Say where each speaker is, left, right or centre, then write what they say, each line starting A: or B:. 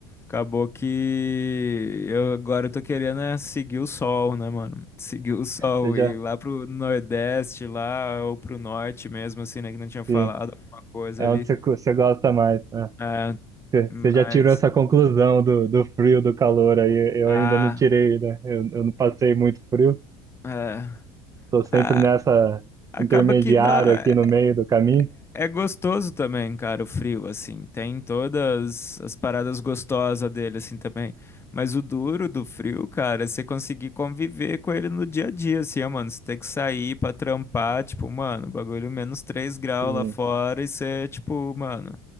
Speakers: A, on the left (about 20°); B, on the right (about 25°).
A: acabou que eu agora eu tô querendo é seguir o sol, né, mano? Seguir o sol
B: Você já,
A: e ir lá pro Nordeste, lá, ou pro norte mesmo, assim, né? Que não tinha falado
B: sim,
A: alguma coisa
B: é
A: ali.
B: onde você, cu- você gosta mais, né?
A: É,
B: Você,
A: mas
B: você já tirou essa conclusão do, do frio, do calor, aí eu
A: a,
B: ainda não tirei, né? Eu, eu não passei muito frio,
A: é,
B: tô sempre
A: a-
B: nessa
A: acaba
B: intermediário
A: que dá,
B: aqui no
A: é
B: meio do caminho.
A: é gostoso também, cara, o frio, assim. Tem todas as paradas gostosas dele, assim, também. Mas o duro do frio, cara, é você conseguir conviver com ele no dia a dia, assim, ó, mano. Você tem que sair pra trampar, tipo, mano, bagulho menos 3 graus
B: Sim.
A: lá fora e você, tipo, mano,